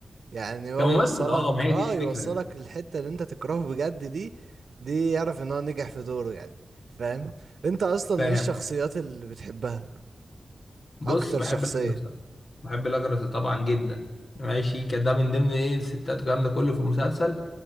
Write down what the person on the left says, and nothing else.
كممثل
اه ما هي
دي الفكره
يعني.
فاهم
بص
بحب
الاجرس بحب الاجرس طبعا جدا ماشي كده
من ضمن ايه الستات والكلام ده كله في المسلسل